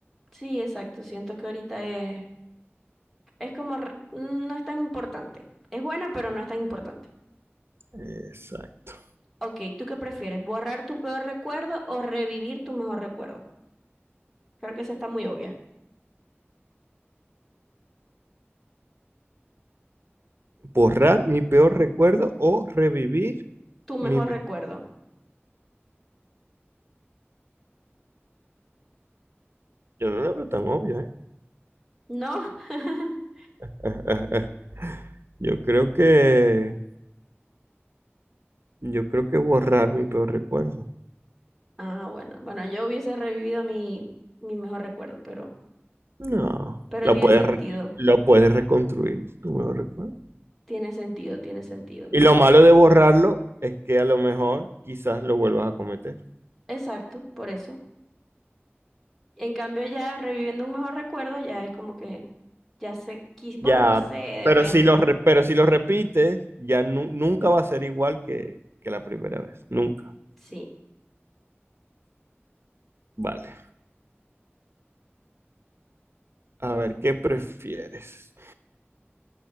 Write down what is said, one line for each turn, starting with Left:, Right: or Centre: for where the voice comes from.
Centre: Sí, exacto. Siento que ahorita es, es como, r- no es tan importante. Es buena, pero no es tan importante.
Right: Exacto.
Centre: Ok, ¿tú qué prefieres? ¿Borrar tu peor recuerdo o revivir tu mejor recuerdo? Creo que esa está muy obvia.
Right: Borrar mi peor recuerdo o revivir
Centre: Tu
Right: mi...
Centre: mejor
Right: me-
Centre: recuerdo.
Right: Yo no la veo tan obvia, ¿eh?
Centre: No. <laughs>
Right: <laughs> Yo creo que... Yo creo que borrar mi peor recuerdo.
Centre: Ah, bueno. Bueno, yo hubiese revivido mi, mi mejor recuerdo, pero,
Right: No,
Centre: pero
Right: lo
Centre: tiene
Right: puedes,
Centre: sentido.
Right: re- lo puedes reconstruir, tu mejor recuerdo.
Centre: Tiene sentido, tiene sentido.
Right: Y lo malo de borrarlo es que a lo mejor quizás lo vuelvas a cometer.
Centre: Exacto, por eso. En cambio, ya reviviendo un mejor recuerdo, ya es como que ya sé, qui- bueno,
Right: Ya,
Centre: no sé, depende.
Right: pero si lo, re- pero si lo repites, ya nu- nunca va a ser igual que, que la primera vez. Nunca.
Centre: Sí.
Right: Vale. A ver, ¿qué prefieres?